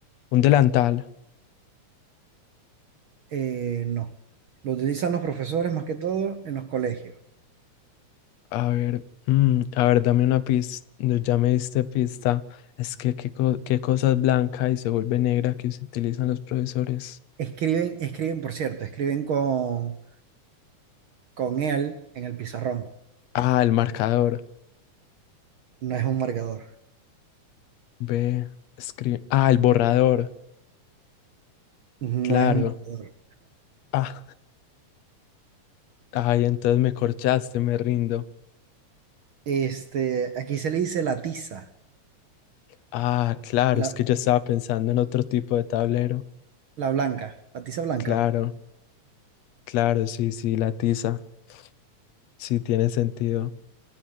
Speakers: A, on the left (about 70°); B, on the right (about 60°).
A: Un delantal.
B: Eh, no. Lo utilizan los profesores más que todo en los colegios.
A: A ver, mm, a ver, dame una pista. no, Ya me diste pista. Es que qué, co- qué cosa es blanca y se vuelve negra que se utilizan los profesores.
B: Escriben, escriben, por cierto, escriben con, con él en el pizarrón.
A: Ah, el marcador.
B: No es un marcador.
A: B, escribe. Ah, el borrador.
B: No
A: Claro.
B: es un marcador.
A: Ah, ay, entonces me corchaste, me rindo.
B: Este, aquí se le dice la tiza,
A: Ah, claro,
B: la,
A: es que yo estaba pensando en otro tipo de tablero.
B: la blanca, la tiza blanca.
A: Claro, claro, sí, sí, la tiza. Sí, tiene sentido.